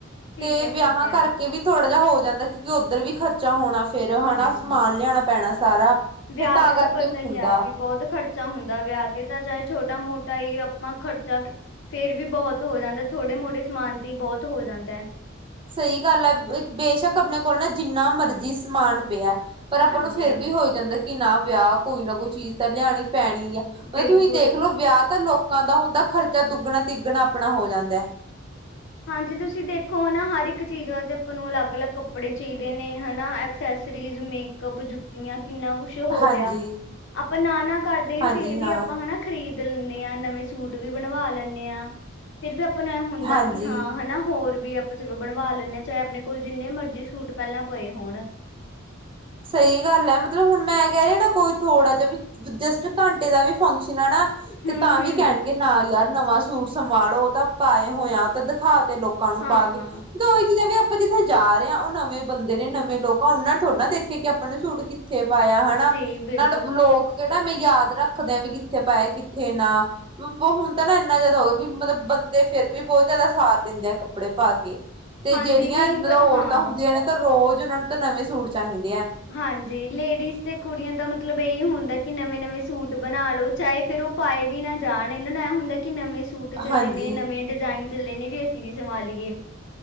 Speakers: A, on the left; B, on the right.
A: ਠੀਕ
B: ਤੇ
A: ਹੈ
B: ਵਿਆਹਾਂ
A: ਠੀਕ ਹੈ
B: ਕਰਕੇ ਵੀ ਥੋੜਾ ਹੋ ਜਾਂਦਾ ਕਿਉਂਕਿ ਉੱਧਰ ਵੀ ਖਰਚਾ ਹੋਣਾ। ਫੇਰ ਹੈਾ
A: ਹਾਂ
B: ਸਮਾਨ ਲਿਆਣਾ ਪੈਣਾ ਸਾਰਾ
A: ਵਿਆਹ
B: ਫੇਰ ਤਾਂ
A: ਤੇ
B: ਕਰਕੇ
A: ਪਤਾ ਤਾਂ ਹੀ
B: ਹੁੰਦਾ
A: ਹੈ ਵੀ ਬਹੁਤ ਖਰਚਾ ਹੁੰਦਾ ਵਿਆਹ ਤੇ ਤਾਂ ਛੋਟਾ ਮੋਟਾ ਹੀ ਆਪਾਂ ਖਰਚਾ ਫੇਿਰ ਵੀ ਬਹੁਤ ਹੋ ਜਾਂਦਾ ਥੋੜੇ ਮੋਟੇ ਸਮਾਨ ਤੇ ਬਹੁਤ ਹੋ ਜਾਂਦਾ ਹੈ।
B: ਸਹੀ ਗੱਲ ਹੈ ਬੇਸ਼ੱਕ ਆਪਣੇ ਕੋਲ ਨਾ ਜਿੰਨਾ ਮਰਜ਼ੀ ਸਮਾਨ ਪਿਆ ਪਰ
A: ਹਾਂਜੀ
B: ਆਪਾਂ ਨੂੰ ਫੇਰ ਵੀ ਹੋ ਜਾਂਦਾ। ਕਿ ਨਾ ਵਿਆਹ ਕੋਈ ਨਾ ਕੋਈ ਚੀਜ਼ ਤਾਂ ਲਿਆਣੀ ਪੈਣੀ ਆ ਮਤਲਬ
A: ਬਿਲਕੁਲ
B: ਤੁਸੀਂ ਦੇਖਲੋ ਵਿਆਹ ਤਾਂ ਲੋਕ ਲੋਕਾਂ ਦਾ ਹੁੰਦਾ ਖਰਚਾ ਦੁੱਗਣਾ ਤਿੱਗਣਾ ਆਪਣਾ ਹੋ ਜਾਂਦਾ।
A: ਹਾਂਜੀ ਤੁਸੀਂ ਦੇਖੋ ਹਨ ਨਾ ਹਰ ਇੱਕ ਚੀਜ਼ ਵਾਸਤੇ ਆਪਾਂ ਨੂੰ ਅਲੱਗ ਼-ਅਲੱਗ ਕੱਪੜੇ ਚਾਹੀਦੇ ਨੇ ਹਨਾ ਐਕਸੈਸਰੀਜ਼, ਮੇਕਅਪ, ਜੁੱਤੀਆਂ- ਕਿੰਨਾ ਕੁਛ ਹੋ
B: ਹਾਂਜੀ
A: ਗਿਆ ਆਪਾਂ ਨਾ- ਨਾ ਕਰਦੇ ਵੀ
B: ਹਾਂਜੀ
A: ਫੇਰ ਵੀ
B: ਹਾਂ
A: ਆਪਾਂ ਹਨਾ ਖਰੀਦ ਲੈਂਣੇ ਹਾਂ ਨਵੇਂ ਸੂਟ ਵੀ ਬਣਵਾ ਲੈਂਣੇ ਹਾਂ ਫਿਰ ਵੀ ਆਪਾਂ ਆਪਣਿਆ ਹੁੰਦਾ
B: ਹਾਂਜੀ
A: ਕਿ ਹਾਂ ਹਨਾ ਹੋਰ ਵੀ ਵੀ ਆਪਾਂ ਚਲੋ ਬਣਵਾ ਲੈਂਦੇ ਹਾਂ ਚਾਹੇ ਆਪਣੇ ਕੋਲ ਜਿੰਨੇ ਮਰਜ਼ੀ ਸੂਟ ਪਹਿਲਾਂ ਪਏ ਹੋਣ!
B: ਸਹੀ ਗੱਲ ਹੈ ਮਤਲਬ ਹੁਣ ਮੈਂ ਕਹਿ ਰਿਹਾ ਨਾ ਕੋਈ ਥੋੜਾ ਜਿਹਾ ਵੀ ਜਸਟ ਘੰਟੇ ਦਾ ਵੀ ਫੰਕਸ਼ਨ ਆ ਨਾ
A: ਹੂੰ,
B: ਤੇ ਤਾਂ
A: ਹੂੰ।
B: ਵੀ ਕਹਿਣਗੇ ਨਾ ਯਾਰ- ਨਵਾਂ ਸੂਟ ਸੰਭਾਲੋ ਉਹ ਤਾਂ ਪਾਏ ਹੋਏ ਆ ਤੇ ਦਿਖਾ- ਤੇ ਲੋਕਾਂ ਨੂੰ
A: ਹਾਂ,
B: ਪਾ ਕੇ ਮਤਲਬ ਉਹਹੀ ਚੀਜ਼ਾਂ ਵੀ ਆਪਾਂ ਜਿੱਥੇ ਜਾ ਰਹੇ ਹਾਂ ਉਹ ਨਵੇਂ ਬੰਦੇ ਨੇ ਨਵੇਂ ਲੋਕਾਂ ਉਹਨਾਂ ਨੇ ਥੋੜੇ ਨਾ ਦੇਖ- ਕੀ ਆਪਣੇ ਸੂਟ ਕੀ ਇੱਥੇ ਪਾਇਆ ਹਨਾ
A: ਜੀ ਬਿਲਕੁਲ।
B: ਨਾਲ ਲੋਕ ਕਿਹੜਾ ਐਂਵੇ ਯਾਦ ਰੱਖਦੇ ਆਂ ਵੀ ਕਿੱਥੇ ਪਾਏ ਕਿੱਥੇ ਨਾ ਹੁਣ ਤਾਂ ਨਾ ਇੰਨਾ ਜ਼ਿਆਦਾ ਹੋ ਵੀ ਮਤਲਬ ਬੰਦੇ ਫੇਰ ਵੀ ਬਹੁਤ ਜ਼ਿਆਦਾ ਸਾਰ ਦਿੰਦੇ ਆ ਕੱਪੜੇ ਪਾ ਕੇ ਤੇ
A: ਹਾਂਜੀ
B: ਜਿਹੜੀਆਂ
A: ਨਹੀਂ
B: ਮਤਲਬ
A: ਬ
B: ਔਰਤਾਂ
A: ਹਾਂ।
B: ਹੁੰਦੀਆਂ ਨੇ ਤਾਂ ਰੋਜ਼ ਉਹਨਾਂ ਨੂੰ ਤਾਂ ਨਵੇਂ ਸੂਟ ਚਾਹੀਦੇ। ਆ
A: ਹਾਂਜੀ ਲੇਡੀਜ਼ ਤੇ ਕੁੜੀਆਂ ਦਾ ਮਤਲਬ ਇਹੀ ਹੁੰਦਾ ਕਿ ਨਵੇਂ -ਨਵੇਂ ਸੂਟ ਬਣਾ ਲਓ ਚਾਹੇ ਫੇਰ ਉਹ ਪਾਏ ਵੀ ਨਾ ਜਾਣ ਇਹਨਾਂ ਨੂੰ ਐ ਹੁੰਦਾ ਕਿ ਨਵੇਂ ਸੂਟ ਚੱਲੇ
B: ਹਾਂਜੀ,
A: ਨੇ ਨਵੇਂ ਡਿਜ਼ਾਇਨ ਚੱਲੇ ਨੇ ਵੀ ਅਸੀਂ ਵੀ ਸਵਾ ਲਈਏ।